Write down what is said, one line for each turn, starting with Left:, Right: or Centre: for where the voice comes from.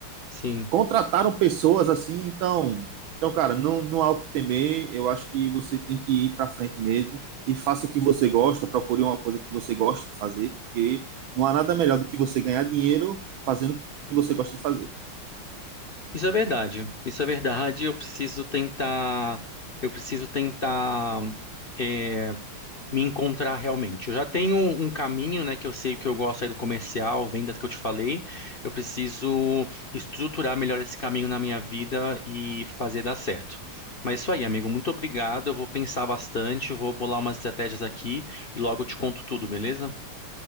Left: sim.
Right: contrataram pessoas assim, então, então cara, não, não há o que temer. Eu acho que você tem que ir para frente mesmo e faça o que você gosta, procure uma coisa que você gosta de fazer, porque não há nada melhor do que você ganhar dinheiro fazendo o que você gosta de fazer.
Left: Isso é verdade. Isso é verdade. Eu preciso tentar. Eu preciso tentar eh, me encontrar realmente. Eu já tenho um um caminho, né, que eu sei que eu gosto aí do comercial, vendas que eu te falei. Eu preciso estruturar melhor esse caminho na minha vida e fazer dar certo. Mas é isso aí, amigo. Muito obrigado. Eu vou pensar bastante, vou bolar umas estratégias aqui e logo eu te conto tudo, beleza?